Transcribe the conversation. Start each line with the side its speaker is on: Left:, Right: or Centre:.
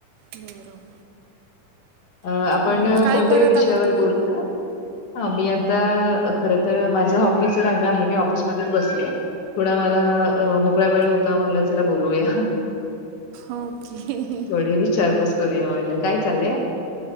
Right: बरं.
Left: अ आपण
Right: अं, काय
Left: कोणत्याही
Right: करत
Left: विषयावर
Right: आहात तुम्ही
Left: बोलतोय? ह मी आ ता खरं तर माझा ऑफिसचा टाइम आहे मी ऑफिसमध्येच बसले. थोडा मला अ मोकळा वेळ होता म्हणलं चला बोलूया.
Right: ओके
Left: थोडी विचारपूस करूया म्हटलें, काय चाललंय?